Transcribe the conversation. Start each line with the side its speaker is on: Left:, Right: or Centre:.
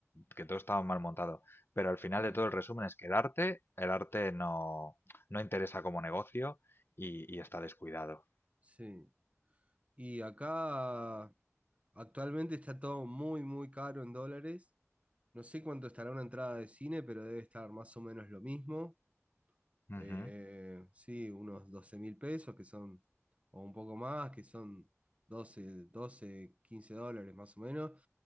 Left: que todo estaba mal montado pero al final
Right: sí,
Left: de todo el resumen es que el arte, el arte no, no interesa como negocio y, y está descuidado.
Right: sí. Y acá actualmente está todo muy, muy caro en dólares. No sé cuánto estará una entrada de cine, pero debe estar más o menos lo mismo.
Left: Ujú,
Right: Eh, sí, unos doce mil pesos que son, o un poco más, que son doce doce 15 dólares más o menos.